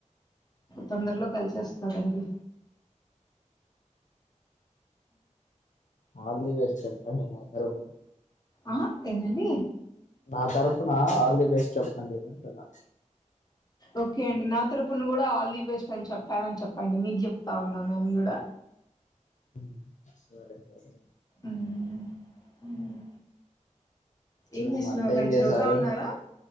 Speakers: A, on the left; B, on the left.
A: తొందరలో కలిసి వస్తదండి
B: ఆల్ ది బెస్ట్ చెప్పండి నా తరపున
A: ఆ ఏందండి
B: నా తరపున ఆల్ ది బెస్ట్ చెప్పండి అంటున్నా
A: ఓకే అండి నా తరపున కూడా ఆల్ ది బెస్ట్ అని చెప్పానని చెప్పండి మీకు చెప్తా ఉన్నా నేను కూడా
B: ఉమ్ సరే సరే
A: మ్మ్. మ్మ్.
B: ఇంకేం
A: ఏం చేస్తున్నారు
B: వంట
A: మరి
B: ఏం చేశారు
A: చదువుతా ఉన్నారా